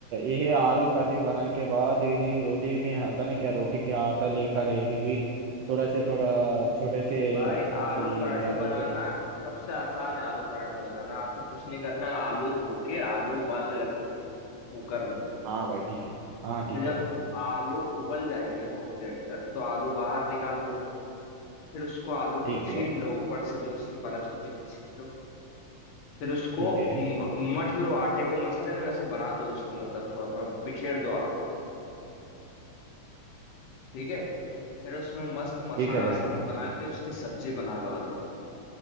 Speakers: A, on the right; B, on the left.
A: यही आलू करी बना के बाद यही रोटी में आता ना क्या रोटी के आटा लेकर यही भी थोड़ा से थोड़ा छोटे से
B: भाई
A: ये
B: आलू पराठे
A: क्या बोलते
B: बनाना सबसे आसान है आलू पराठे बनाना आपको कुछ नहीं करना है आलू धो के आलू उबालने रख दो कुकर में
A: हाँ भाई ठीक है हाँ ठीक
B: फिर जब
A: है भाई
B: आलू उबल जाएंगे बहुत देर तक तो आलू बाहर निकाल लो फिर उसको आलू को
A: ठीक
B: छील
A: है
B: लो ऊपर से जो उसकी परत होती है वो छील लो फिर उसको
A: ठीक है
B: म- मथ लो आटे को मसते हैं ना वैसा बना दो उसको मतलब थोड़ा थोड़ा बिखेर दो आ- ठीक है फिर उसमें मस्त मसाला
A: ठीक है
B: वसाला
A: भाई ठीक है
B: बना के उसकी सब्जी बना लो आलू